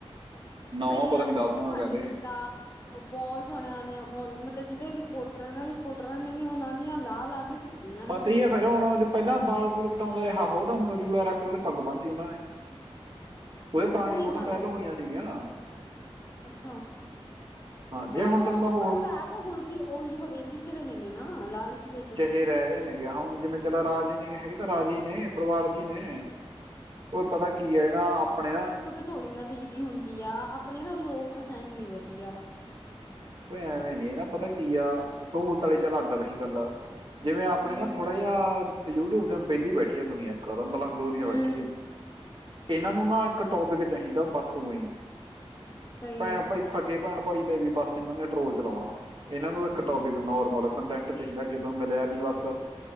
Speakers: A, on the right; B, on the left.
A: ਨੌਵਾਂ
B: ਸਈ
A: ਪਤਾ
B: ਹੈ
A: ਨਹੀਂ ਦਸਵਾਂ
B: ਬੋਹ ਖੰਡ
A: ਕਹਿੰਦੇ
B: ਕੀਤਾ। ਓ ਬੋਤ ਸੋਹਣਿਆ ਨੇ ਓ ਮਤਲਬ ਜੇੜੇ ਰਿਪੋਰਟਰਾਂ-ਰਿਪੋਰਟਰਾਂ ਨੇ ਵੀ ਉਹਨਾਂ ਦੀਆਂ ਲਾਹ ਲਾ ਕੇ ਸਿੱਟੀਆਂ ਨੇ
A: ਪਤਾ ਹੀ ਆ ਫਿਰ ਹੁਣ ਜੇ ਪੈਲਾਂ ਬਾਲ ਬੂਲ ਕਟਾਂਦਾ ਰਿਆ ੳਹਤਾਂ ਹੁਣ ਜੂੜਾ ਰੱਖ ਕੇ ਤੇ ਪੱਗ ਬਣਤੀ ਉਹਨਾਂ ਨੇ ਉਹਦੀਆਂ ਪੁਰਾਣੀਆਂ
B: ਉਹੀ
A: ਫੋਟੋ
B: ਗੱਲ
A: ਵਾਇਰਲ ਹੋਈਆਂ ਸੀਗੀਆਂ।
B: ਅੱਛਾ
A: ਹਾਂ ਜੇ
B: ਫਿਰ ਹੁਣ
A: ਤੈਨੂੰ
B: ਓ
A: ਮੈਂ ਹੋਰ
B: ਪਰ ਰਾ ਤਾਂ ਹੁਣ ਵੀ ਉਹੀ ਹਵੇਲੀ 'ਚ ਰਏ ਨੇ ਨਾ ਲਾਲ ਕਿਲੇ 'ਚ
A: ਇਹ ਰਹਿ ਰਏ ਨੇਗੇ ਅ ਹੁਣ ਜਿਵੇਂ ਚਲਾ ਰਾਜੇ ਨੇਗੇ ਹੈਗੇ ਤਾਂ ਰਾਜੇ ਈ ਨੇ ਪਰਿਵਾਰ 'ਚ ਈ ਨੇ। ਓ ਪਤਾ ਕੀ ਐ ਇਹ ਨਾ ਆਪਣੇ ਨਾ
B: ਧੋਨੀ ਨਾ ਦਈ ਹੁੰਦੀ ਆ ਆਪਣੇ ਨਾ ਲੋਕ ਹੈ ਨੀ ਵਧੀਆ
A: ਕੋਈ ਐਵੇਂ ਨੀ ਨਾ ਪਤਾ ਕੀ ਆ ਸਹੂਲਤਾਂ ਆਲੀ ਚੱਲ ਅੱਡ ਰਈ ਗੱਲ ਜਿਵੇਂ ਆਪਣੇ
B: ਹੂੰ
A: ਨਾ ਥੋੜਾ ਜ ਆ ਯੂਟਿਊਬ ਤੇ ਵਿਹਲੀ ਬੈਠੀ ਦੁਨੀਆਂ ਇੱਕ ਮਲੰਗ ਦੁਨੀਆਂ
B: ਹੂੰ
A: ਬੈਠੀ ਆ। ਇਹਨਾਂ ਨੂੰ ਨਾ ਇੱਕ ਟੋਪਿਕ ਚਾਹੀਦਾ ਬਸ ਉਹੀ ਹੀ
B: ਸਹੀ
A: ਭੈਣ
B: ਆ
A: ਭਾਈ ਸਕੇ ਭੈਣ ਭਾਈ ਤੇ ਵੀ ਬਸ ਇਹਨਾਂ ਨੇ ਟਰੋਲ ਚਲਾਉਣਾ। ਇਹਨਾਂ ਨੂੰ ਇੱਕ ਟੋਪਿਕ ਨੋਰਮਲ ਕੰਟੈਂਟ ਚਾਹੀਦਾ ਕਿਤੋ ਮਿਲਿਆ ਨੀ ਬਸ